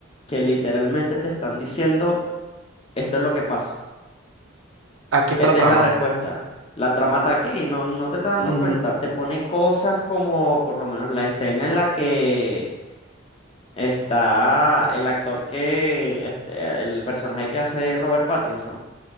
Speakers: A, on the left (about 25°); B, on the right (about 70°).
A: que literalmente te están diciendo, esto es lo que pasa,
B: Aquí está
A: esta
B: la trama.
A: es la respuesta. La trama está aquí, no, no te estás dando
B: Ujú,
A: cuenta. Te pone cosas como por lo menos la escena en la que está el actor que, este, el personaje que hace Robert Pattinson,